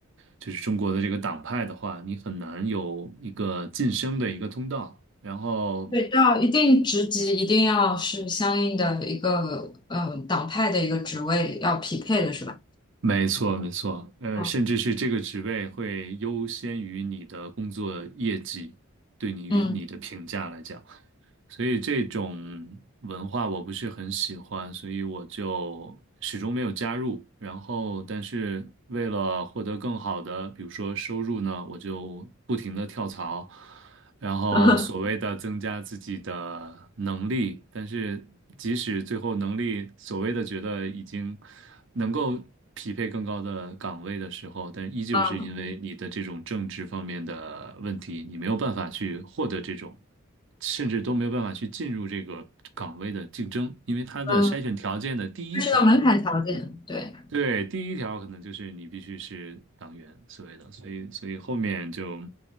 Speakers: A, on the right (about 60°); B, on the left (about 20°).
A: 就是中国的这个党派的话，你很难有一个晋升的一个通道。然后
B: 对，到一定职级一定要是相应的一个呃党派的一个职位要匹配的是吧？
A: 没错，没错，呃，
B: 嗯
A: 甚至是这个职位会优先于你的工作业绩，对你与你的评价来讲，
B: 嗯
A: 所以这种文化我不是很喜欢，所以我就始终没有加入。然后，但是为了获得更好的，比如说收入呢，我就不停的跳槽，然后所谓的增加自己的能力，
B: <laughs>
A: 但是即使最后能力所谓的觉得已经能够匹配更高的岗位的时候，但依旧是因为你的这种政治方面的问题，
B: 嗯
A: 你没有办法去获得这种，甚至都没有办法去进入这个岗位的竞争，因为它的筛选条件的第一条
B: 嗯，它是个门槛条件，对。
A: 对，第一条可能就是你必须是党员所谓的，所以所以后面就